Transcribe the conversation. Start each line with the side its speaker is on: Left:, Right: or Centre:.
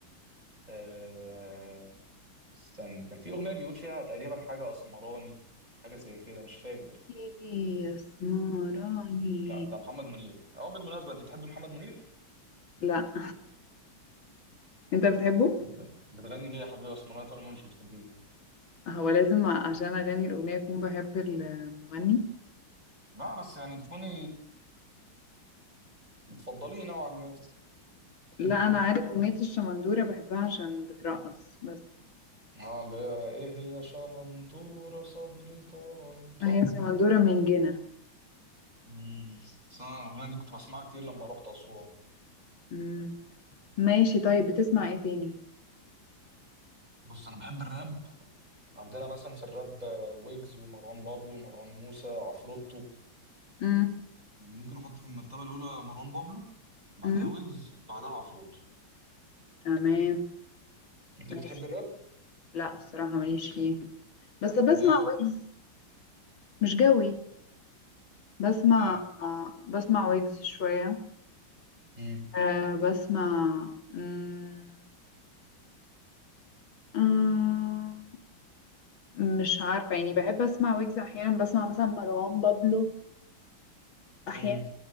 Right: آه... استني كان في اغنيه بيقول فيها تقريبا حاجه اسمراني حاجه زي كده مش فاكر
Left: حبيبي يسمراني
Right: لا ده محمد منير اه بالمناسبه انت بتحبي محمد منير
Left: لا انت بتحبه
Right: انت بت- بتغني ليه يا حبيبي اسمراني طالما مش بتحبيه
Left: هو لازم ع- عشان اغني الاغنيه اكون بحب المغني
Right: لا بس يعني تكوني بتفضليه نوعا ما
Left: لا انا عارف اغنيه الشمندوره بحبها عشان بترقص بس
Right: اه اللي هي ايه هي شمندوره صبري طال صح؟
Left: هي الشمندوره من جنة
Right: امم بس انا الاغنيه دي كنت بسمعها كتير لما رحت اسوان
Left: مم. ماشي طيب بتسمع ايه تاني
Right: بص انا بحب الراب عندنا مثلا في الراب آه، ويجز ومروان بابلو ومروان موسى عفروتو
Left: مم.
Right: يعني ممكن احط في المرتبه الاولى مروان بابلو بعدها
Left: مم.
Right: ويجز بعدها عفروتو
Left: تمام
Right: انت
Left: ماشي
Right: بتحب الراب
Left: لا الصراحه ماليش فيه بس بسمع
Right: ليه
Left: ويجز مش جوي بسمع
Right: اه
Left: بسمع ويجز شويه
Right: امم
Left: أه بسمع مم. أمم، مش عارفة يعني بحب أسمع ويجز أحيانا بسمع مثلا مروان بابلو أحيانا
Right: امم